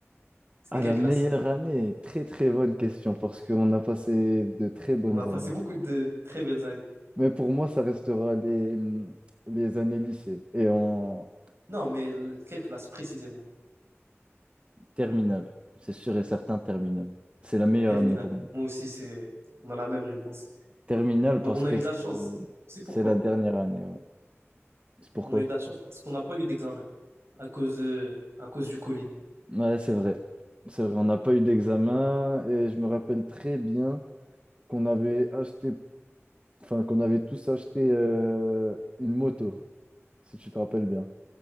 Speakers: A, on the right; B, on the right.
A: C'était
B: Ah,
A: quelle
B: la
A: classe?
B: meilleure année, très très bonne question parce qu'on a passé de très bonnes
A: On a passé
B: années.
A: beaucoup de très belles années.
B: Mais pour moi, ça restera les, hum, les années lycée et en
A: Non, mais le- quelle classe précisément?
B: terminale. C'est sûr et certain, terminale. C'est la meilleure
A: Terminale.
B: année pour moi.
A: Moi aussi, c'est, on a la même réponse.
B: Terminale
A: On,
B: parce
A: on a
B: que
A: eu de
B: c'est
A: la chance. C'est pourquoi?
B: c'est la dernière année, ouais. C'est pourquoi?
A: On a eu de la chance parce qu'on n'a pas eu d'examen à cause, euh, à cause du Covid.
B: Ouais, c'est vrai. C'est vrai, on n'a pas eu d'examen et je me rappelle très bien. qu'on avait acheté, enfin, qu'on avait tous acheté euh, une moto, si tu te rappelles bien.